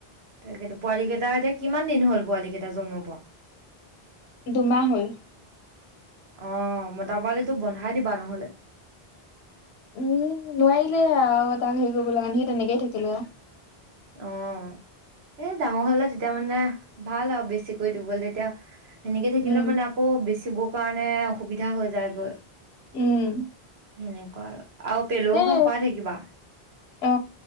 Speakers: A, on the right; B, on the left.
A: তাকেই পোৱালি কেইটা এতিয়া কিমান দিন হ'ল পোৱালি কেইটা জন্ম পোৱা।
B: দুমাহ হল।
A: অহ মতা পোৱালো বন্ধাই দিবা নহ'লে।
B: উম নোৱাৰিলে আৰু তাক হেৰি কৰিব লগা সি তেনেকেই থাকিলে
A: অহ, এ ডাঙৰ হলে তেতিয়া মানে ভাল আৰু বেছিকৈ দিবলৈ তেতিয়া। সেনেকে থাকিলে
B: উম
A: মানে আকৌ বেছি। চিব কাৰণে অসুবিধা হৈ যায়গৈ।
B: উম,
A: সেনেকুৱা আৰু। আৰু পেলু
B: সেই
A: ঔষধ খুৱাই থাকিবা
B: অ